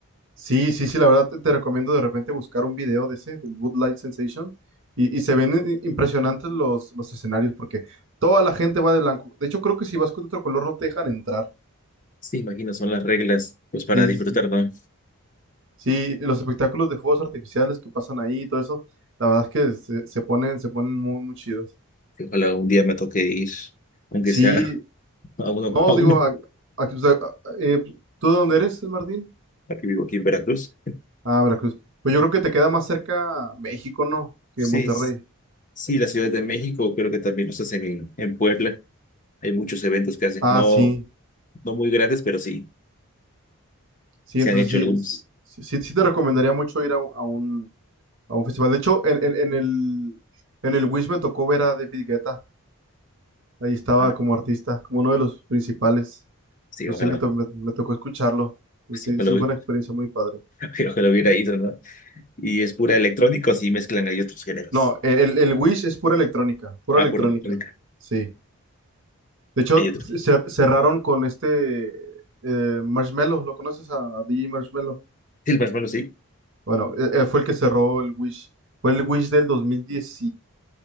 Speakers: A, on the right; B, on the left.
A: Sí, sí, sí, la verdad te, te recomiendo de repente buscar un video de ese, del Light Sensation, y, y se ven i- impresionantes los, los escenarios porque toda la gente va de blanco. De hecho, creo que si vas con otro color no te dejan entrar.
B: Sí, imagino, son las reglas pues para
A: Sí,
B: disfrutar,
A: sí, sí.
B: ¿no?
A: Sí, los espectáculos de fuegos artificiales que pasan ahí y todo eso, la verdad es que se, se ponen, se ponen muy, muy chidos.
B: Que Ojalá un día me toque ir aunque
A: Sí,
B: sea A uno,
A: no,
B: a
A: digo,
B: uno.
A: a- aquí, o sea, a- eh, ¿tú de dónde eres, Martín?
B: Aquí vivo aquí en Veracruz.
A: Ah, Veracruz. Pues yo creo que te queda más cerca México, ¿no? Que
B: Sí,
A: Monterrey.
B: s- sí, la Ciudad de México creo que también los hacen en, en Puebla. Hay muchos eventos que hacen,
A: Ah,
B: no,
A: sí.
B: no muy grandes, pero sí,
A: Sí,
B: se
A: entonces
B: han hecho
A: sí,
B: algunos.
A: sí, sí- sí te recomendaría mucho ir a, un, a un a un festival. De hecho, en, en- en el, en el Wish me tocó ver a David Guetta. Ahí estaba
B: Ah,
A: como artista, como uno de los principales.
B: sí,
A: Pues
B: ojalá,
A: sí, me, to- me- me tocó escucharlo. Pues
B: sí,
A: sí,
B: ojalá,
A: sí,
B: hubi-
A: fue una experiencia muy padre.
B: <laughs> ojalá hubiera ido, ¿no? Y es pura electrónica, o sí mezclan, hay otros géneros.
A: No, el, el Wish es pura electrónica, pura
B: Ah,
A: electrónica.
B: pura electrónica,
A: Sí. De hecho,
B: hay otro.
A: cer- cerraron con este eh, Marshmello. ¿Lo conoces a DJ Marshmello?
B: Sí, El Marshmallow, sí.
A: Bueno, eh, eh, fue el que cerró el Wish. Fue el Wish del 2010